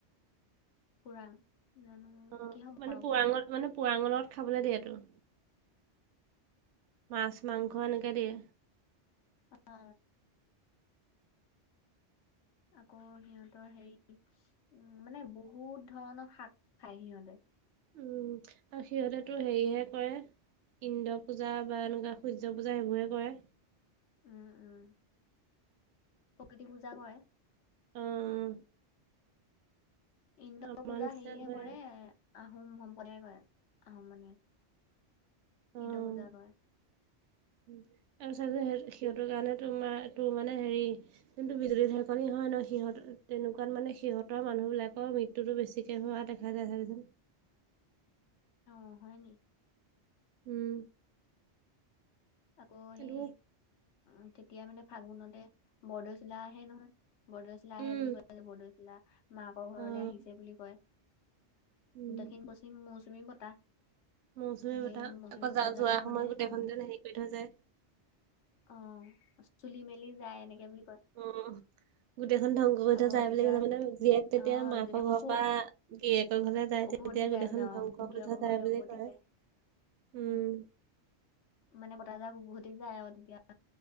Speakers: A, on the left; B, on the right.
A: পুৰাং জানো
B: অঁ
A: কি হ'ব
B: মানে
A: আৰু
B: পুৰাঙৰ মানে পুৰাঙৰ লগত খাবলে দিয়েটো। মাছ মাংস এনেকে দিয়ে।
A: অঁ। আকৌ সিহঁতৰ হেৰি উম মানে বহুত ধৰণৰ শাক খাই সিহঁতে।
B: উম আৰু সিহঁতেতো হেৰিহে কৰে ইন্দ্ৰ পূজা বা এনেকুৱা সূৰ্য পূজা সেইবোৰহে কৰে।
A: উম উম। প্ৰকৃতি পূজা কৰে।
B: উমম।
A: ইন্দ্ৰ
B: আমাৰ
A: পূজা
B: নিচিনা
A: হেৰিহে
B: হয়
A: কৰে আহোম সম্প্ৰদায়ে কৰে, আহোম মানুহে
B: অ'।
A: ইন্দ্ৰ পূজা কৰে।
B: তাৰপিছত যে সিহঁতৰ কাৰণে তোৰমাৰ তোৰ মানে হেৰি জোনটো বিজুলী ঢেৰেকনি হয় নহয় সিহঁত তেনেকুৱাত মানে সিহঁতৰ মানুহবিলাকৰ মৃত্যু টোতো বেছিকে হোৱা দেখা যায়, চাবি চোন।
A: নহয় নি?
B: উম।
A: আকৌ
B: সেইটো
A: সেই, উ-তেতিয়া মানে ফাগুনতে বৰদৈচিলা আহে নহয়। বৰদৈচিলা
B: উম,
A: আহে বুলি কয় যে, বৰদেচিলা, মাকৰ
B: অ',
A: ঘৰলৈ আহিছে বুলি কয়।
B: উম,
A: দক্ষিণ-পশ্চিম মৌচুমী বতাহ।
B: মৌচুমী
A: সেই
B: বতাহ,
A: মৌচুমী
B: আকৌ
A: বতাহজাকক
B: যা-যোৱাৰ সময়ত
A: মানে
B: গোটেইখন
A: অ
B: যেন হেৰি কৰি থৈ যায়।
A: অ', চুলি মেলি যায়, এনেকে বুলি কয়।
B: উম, গোটেইখন ধ্বংস কৰি
A: আকৌ
B: থৈ যাই
A: তেতিয়া
B: বুলি কৈছে মানে জীয়েক তেতিয়া
A: অ
B: মাকৰ
A: যেতিয়া
B: ঘৰৰ
A: খুব
B: পৰা গিৰীয়েকৰ ঘৰলৈ যায়,
A: উভতি
B: তেতিয়া
A: যায়
B: গোটেইখন
A: মানে অ
B: ধ্বংস
A: গিৰিয়েকৰ
B: কৰি থৈ যায়
A: ঘৰলে
B: বুলি
A: উভতি
B: কয়,
A: যায়
B: উম।
A: অ মানে বতাহজাক উভতি যায় আৰু তেতিয়া